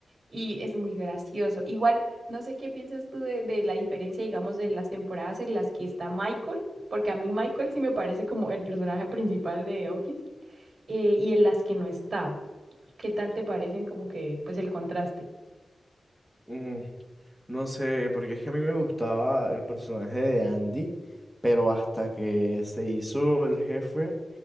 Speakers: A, on the right; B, in the centre.
A: y es muy gracioso. Igual, no sé qué piensas tú de, de la diferencia, digamos, de las temporadas en las que está Michael, porque a mí Michael sí me parece como el personaje principal de The Office eh, y en las que no está. ¿Qué tal te parecen como que, pues el contraste?
B: Mm, no sé, porque es que a mí me gustaba el personaje de Andy, pero hasta que se hizo el jefe,